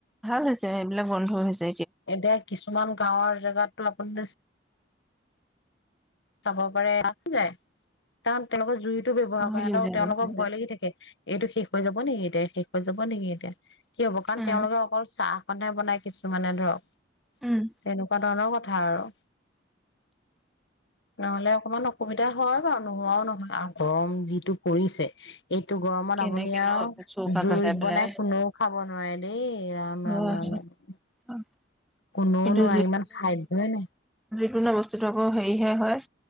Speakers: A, in the centre; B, on the left.
A: ভাল হৈছে এইবিলাক বন্ধ হৈছে
B: এতিয়া কিছুমান গাঁৱৰ জেগাতটো <unintelligible> চাব পাৰে আছে যায় কাৰণ তেওঁলোকৰ জুই <unintelligible> ব্যৱহাৰ
A: বহুত
B: কৰে
A: দিন
B: ন',
A: যায়
B: তেওঁলোকৰ
A: বহুত দিন
B: ভয়
A: যায়
B: লাগি থাকে, এইটো সে হৈ যাব নেকি এতিয়া, শেষ হৈ যাব নেকি এতিয়া কি হ'ব কাৰণ
A: উম
B: তেওঁলোকে অকল চাহ <unintelligible> বনাই কিছু মানে ধৰক। চিচ
A: উম
B: তেনেকোৱা ধৰণৰ কথা <unintelligible> আৰু। নহ'লে অকমান অসুবিধা হয় বাৰু নোহোৱাও নহয় আৰু গৰম যিটো পৰিছে এইটো গৰমত
A: কেনেকেনো
B: আপুনি আও
A: চৌকা
B: জুইত
A: জ্বলাই পেলাই
B: বনাই
A: হয়
B: কোনেও খাব নোৱাৰে দেই ৰাম,
A: হয়
B: ৰাম, ৰাম, ৰাম।
A: হয়।
B: কোনোও
A: কিন্তু
B: নোৱাৰি ইমান সাধ্যয়েই নাই।
A: <unintelligible> বস্তুত আকৌ হেৰিহে হয়।